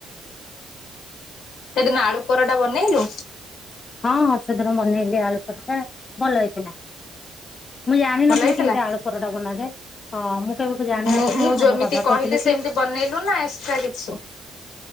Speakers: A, on the left; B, on the left.
A: ସେଦିନ ଆଳୁ ପରଟା ବନେଇଲୁ
B: ହଁ ହ ସେଦିନ ବନେଇଲିି ଆଳୁପରଟା ଭଲ ହେଇଥିଲା ମୁଁ ଜାଣିନଥିଲି
A: ଭଲ ହେଇଥିଲା?
B: କେମିତି ଆଳୁ ପରଟା ବନାରେ ହ ମୁଁ କେବେକୁ ଜାଣିନଥିଲି
A: ମୁଁ ମୁଁ ଯେମିତି
B: ଆମ ବାବା
A: କହିଲି
B: କହିଥିଲେ
A: ସେମିତି
B: କି?
A: ବନେଇଲୁ ନା ଏକ୍ସଟ୍ରା କିଛି?